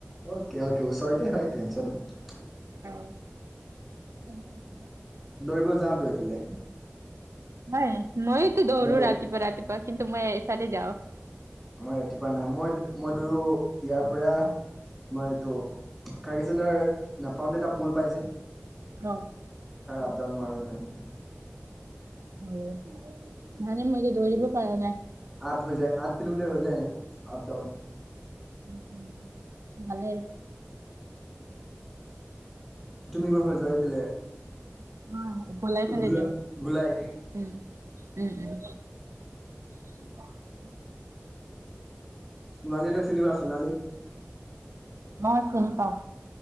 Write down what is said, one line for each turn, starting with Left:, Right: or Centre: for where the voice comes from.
Centre: অকে, অকে, ওচৰতেই হয় টেনচন নাই।
Right: অ, <inaudible>
Centre: দৌৰিব যাওঁতো, এইফালে।
Right: নাই মইতো দৌৰো
Centre: মই দৌ
Right: ৰাতিপুৱা-ৰাতিপুৱা কিন্তু মই এইফালে যাওঁ।
Centre: মই ৰাতিপুৱা নাই, মই, মই দৰো ইয়াৰ পৰা তোমাৰ এইটো, কাৰাৰ্গি চন্দাৰ নাপাওঁতে এটা পুল পাই যে।
Right: অ,
Centre: আপডাউন মাৰো, এইফালে দি।
Right: অ, মানে মই যে, দৌৰিব পৰা নাই।
Centre: আঠ হৈ যায়, আঠ কিলোমিটাৰ হৈ যায় ন, আপ-ডাউন।
Right: উম, ভালে।
Centre: তুমি ক'ৰ ফালে, যোৱা এইফালে
Right: অ, ভোলাই ফালে,
Centre: ঘোলা
Right: যাওঁ
Centre: ঘোলাই
Right: উম, উম, <inaudible>
Centre: চোনালী হঁতক, চিনি পোৱা চোনালীক?
Right: মই চিনি পাওঁ।